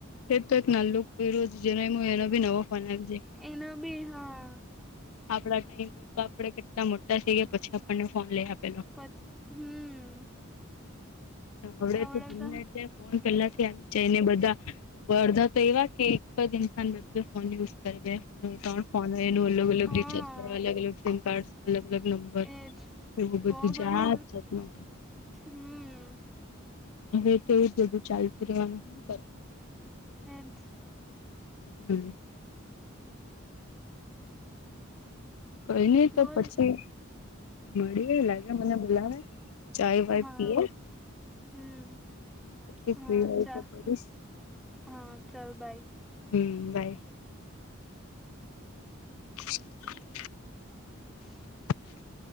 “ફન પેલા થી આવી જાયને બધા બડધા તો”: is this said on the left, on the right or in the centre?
Left